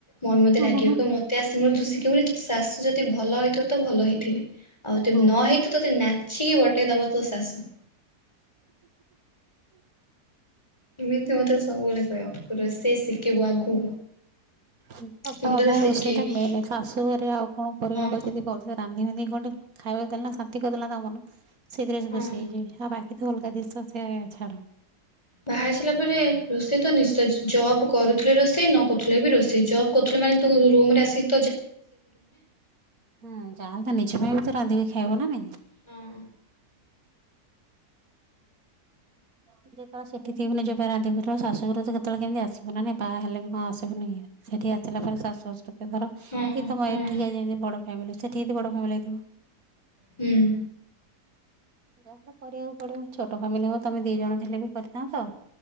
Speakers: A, on the left; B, on the right.
A: ମମି ମତେ ରାଗିବ
B: ହୁଁ ହୁଁ
A: କହିବ ମତେ ଆସୁନି ବୋଲି ଶିଖିବୁନି। ଶାଶୁ ଯଦି ଭଲ ହୋଇଥିବ ତ ଭଲ ହେଇଥିବେ ଆଉ ତେ
B: ହୁଁ।
A: ନ ହେଇଥିବ ତତେ ନାଚିକି ବଟେଇ ଦବ ତୋ ଶାଶୁ। ଏମିତି ମତେ ସବୁବେଳେ କହ ରୋଷେଇ ଶିଖିବୁ ଆଗକୁ
B: ସକା
A: ମୁଁ
B: କଥା
A: ତତେ
B: ରୋଷେଇଟା
A: ଶିଖେଇବି।
B: ମେନ ଶାଶୁ ଘରେ ଆଉ କଣ କର
A: ହଁ
B: ନ କରି ଯଦି ଭଲସ ରାନ୍ଧି ବାନ୍ଧି କି ଖାଇବାକୁ ଦେଲେ ନା ଶାନ୍ତି କରିଦେଲା ତା ମନ ସେଇଥିରେ
A: ହଁ।
B: ସେ ଖୁସି ହେଇଯିବି ଆଉ ବା କିନ୍ତୁ ଅଲଗା ଦିଶ ସେଛଡ଼ା
A: ବାହାରି ସାରିଲା ପରେ ରୋଷେଇ ତ ନିଶ୍ଚୟ ଜବ୍ କରୁଥିଲେ ରୋଷେଇ ନ କରୁଥିଲେ ବି ରୋଷେଇ ଜବ୍ କରୁଥିଲେ। େ ତୁ ରୁମ ଆସିିକି
B: ହୁଁ ଯାହାଲେ ନିଜ ପାଇଁ ବି ତ ରାନ୍ଧିକି ଖାଇବ ନା ନାଇଁ।
A: ହୁଁ
B: ଯେତେବେଳେ ସେଠ ଥିବିୋଉବେ ରାଧିବୁେବେଳେ ଶଶୁଘରୁ ତ କେତେବେଳେ କେମିତି ଆସିବ ନା ନାଇ ବା ହେଲେ ବି କଣ ଆସିବନି। ସେଠି ଆସିଲା ପରେ ଶାଶୁର୍ୱଶଵତ ଧର
A: ହଁ ହଁ
B: ଏଇଏ ତ ମ
A: ହଁ
B: ଏଠିକି ଆ ଯେମିତି ବଡ ଫ୍ୟାମିଲି ସେଠି ବଡ଼ ଫ୍ୟମିଲି ଥିବ।
A: ହୁଁ।
B: ଯାହାଲେ କରିବାକୁ ପଡିବ ଛୋଟ ଫ୍ୟାମିଲି ହଉ ତମେ ଦି ଜଣ ଥିଲେ ବି କରିଥାନ୍ତ।